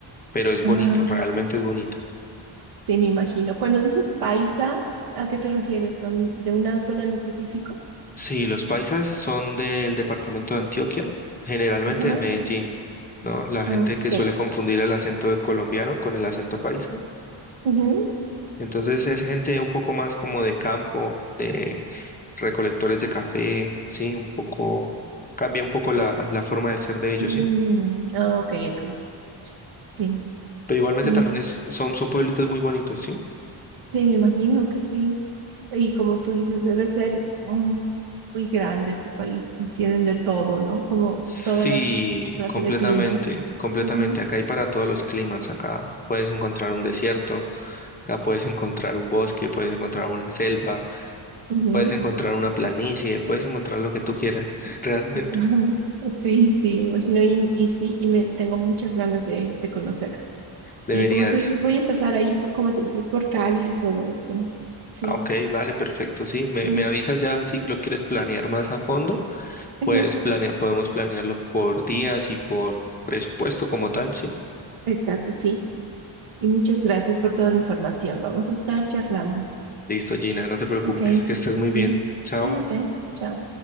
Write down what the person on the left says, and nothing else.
pero es bonito,
realmente es bonito.
Sí, los paisas son del departamento de Antioquia, generalmente
de Medellín, ¿no? La gente
que
suele confundir el acento de colombiano con el acento paisa.
Entonces es gente un poco más como de campo, de recolectores de café, sí, un poco, cambia un poco la, la forma de ser de ellos,
sí.
Pero igualmente
también es, son, son pueblitos muy bonitos, sí.
Sí,
completamente,
completamente.
Acá hay para todos los climas. Acá puedes encontrar un desierto, acá puedes encontrar un bosque, puedes encontrar una selva,
puedes encontrar una planicie, puedes encontrar lo que tú quieras. <laughs> Realmente
deberías.
Ah, ok, dale, perfecto. Sí, me,
me avisas ya si lo quieres planear más a fondo.
Pues planea, podemos planearlo por días y por presupuesto como tal, ¿sí?
Listo, Gina, no te preocupes,
que estés muy
bien. Chao.